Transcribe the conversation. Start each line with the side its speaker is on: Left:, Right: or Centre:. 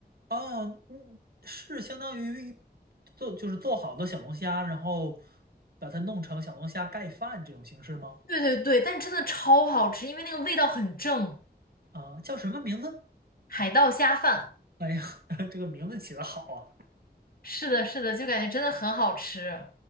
Right: 哦，嗯，是相当于做就是做好的小龙虾，然后把它弄成小龙虾盖饭这种形式吗？
Left: 对对对，但真的超好吃，因为那个味道很正。
Right: 啊，叫什么名字？
Left: 海盗虾饭，
Right: 哎呀，<laughs> 这个名字起的好啊！
Left: 是的，是的，就感觉真的很好吃，